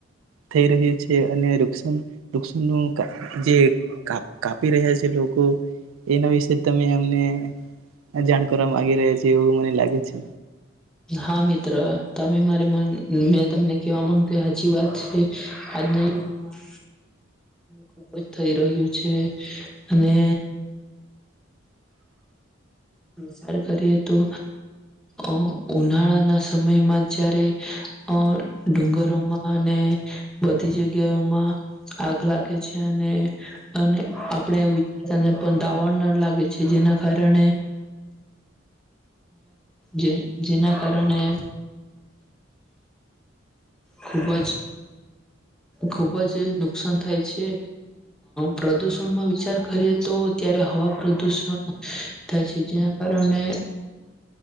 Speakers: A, on the right; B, in the centre.
A: થઈ રહ્યું છે અને રૃક્ષણ લકસનું ક જે ક કાપી રહ્યા છે લોકો એના વિશે તમે અમને જાણ કરવા માગી રહ્યા છે એવું મને લાગે છે
B: હા મિત્ર મારે મ મેં તમને કેવા માંગતો સાચી વાત છે આજના યુગમાં ખુબ જ થઈ રહ્યું છે અને વિચાર કરીએ તો અ ઉનાળાના સમયમાં જયારે અ ડુંગરોમાં અને બધી જગ્યાઓમાં આગ લાગે છે અને અને આપણે વિચારતાને પણ દાવાણ ન લાગે છે જેના કારણે જે જેના કારણે ખૂબ જ ખુબ જ નુકસાન થાય છે પ્રદુષણમાં વિચાર કરીએ તો ત્યારે હવા પ્રદુષણ થાય છે જેના કારણે